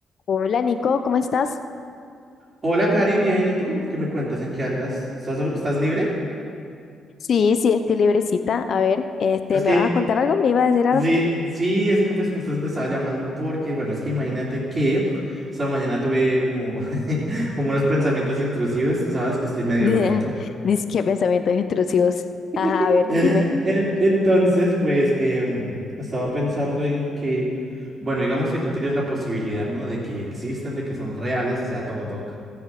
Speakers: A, on the left; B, on the right.
A: Hola Nico, ¿cómo estás?
B: Hola, Cari, bien, ¿y tú? ¿Qué me cuentas? ¿En qué andas? ¿Estás, estás libre?
A: Sí, sí, estoy librecita. A ver, este,
B: Es
A: ¿me
B: que,
A: vas a contar algo? ¿Me ibas a decir algo?
B: sí, sí, es que pues justo te estaba llamando porque, bueno, es que imagínate que esta mañana tuve como, <laughs> como unos pensamientos intrusivos, tú sabes que estoy medio
A: <laughs>
B: loquito.
A: Dice que pensamientos intrusivos. Ajá,
B: <laughs>
A: a ver,
B: En-
A: dime.
B: entonces, pues, em, estaba pensando en que, bueno, digamos que tú tienes la posibilidad, ¿no? De que existan, de que son reales, o sea, todo, todo.